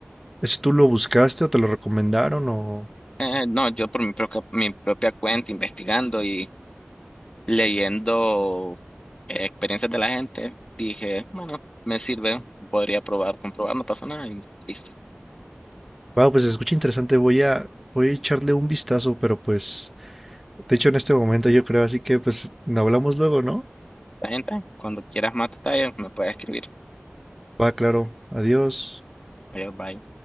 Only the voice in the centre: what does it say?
¿Eso tú lo buscaste o te lo recomendaron o...?
Wow, pues se escucha interesante, voy a, voy a echarle un vistazo, pero pues, de hecho en este momento yo creo, así que pues hablamos luego, ¿no?
Va, claro. Adiós.